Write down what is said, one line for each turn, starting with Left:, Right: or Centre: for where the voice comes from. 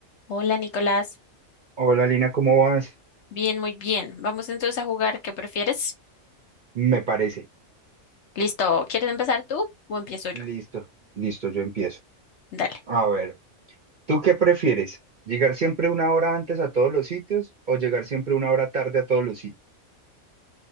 Left: Hola Nicolás,
Right: Hola Lina, ¿cómo vas?
Left: bien, muy bien. Vamos entonces a jugar, ¿qué prefieres?
Right: Me parece.
Left: Listo, ¿quieres empezar tú o empiezo yo?
Right: Listo, listo, yo empiezo.
Left: Dale,
Right: A ver, ¿tú qué prefieres? ¿Llegar siempre una hora antes a todos los sitios o llegar siempre una hora tarde a todos los sitios?